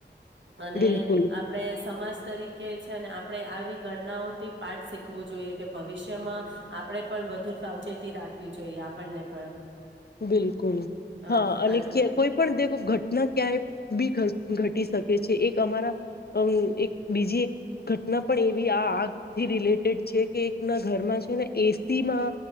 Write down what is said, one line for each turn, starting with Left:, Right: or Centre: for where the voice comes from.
Right: અને
Left: બિલકુલ
Right: આપડે સમાજ તરીકે છે ને આપણે આવી ઘટનાઓથી પાઠ શીખવું જોઈએ કે ભવિષ્યમાં આપણે પણ વધુ સાવચેતી રાખવી જોઈએ આપણને પણ
Left: બિલકુલ
Right: અ
Left: હા અને
Right: અન
Left: ક કોઈ પણ દેખો ઘટના ક્યાય બી ઘ ઘટી શકે છે એક અમારા અમ એક બીજી એક ઘટના પણ એવી આ આગથી રિલેટેડ છે કે એકના ઘરમા છે ને એસીમા